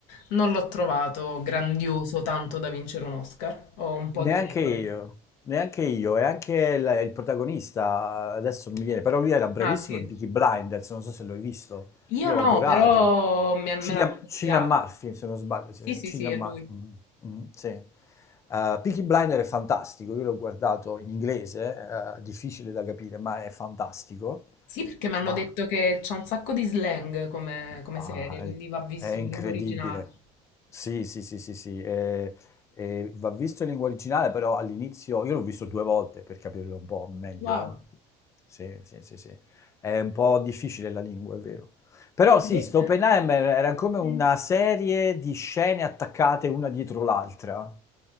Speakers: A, on the left; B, on the left.
A: non l'ho trovato grandioso tanto da vincere un Oscar. Ho un po'
B: Neanche
A: di remore.
B: io, neanche io, e anche il, il protagonista adesso non mi viene, però lui era bravissimo
A: Ah, sì.
B: in Peaky Blinders, non so se l'hai visto,
A: Io
B: io ho
A: no,
B: adorato.
A: però mi han-
B: Cillian,
A: me l'hanno consigliato.
B: Cillian Murphy, se non sbaglio, sì,
A: Sì, sì,
B: Cillian
A: sì, è
B: Murphy,
A: lui.
B: mm, mm, sì. Eh, Peaky Blinders è fantastico, io l'ho guardato in inglese, eh, difficile da capire, ma è fantastico.
A: Sì, perché mi hanno
B: Ma
A: detto che c'è un sacco di slang come, come
B: Ah,
A: serie,
B: è,
A: quindi va visto
B: è incredibile.
A: in lingua originale.
B: Sì, sì, sì, sì, sì. E, e va visto in lingua originale, però all'inizio io l'ho visto due volte per capirlo un po' meglio,
A: Wow.
B: eh. Sì, sì, sì, sì. È un po' difficile la lingua, è vero. Però sì,
A: Invece...
B: sto Oppenheimer era come una
A: Mm.
B: serie di scene attaccate una dietro l'altra.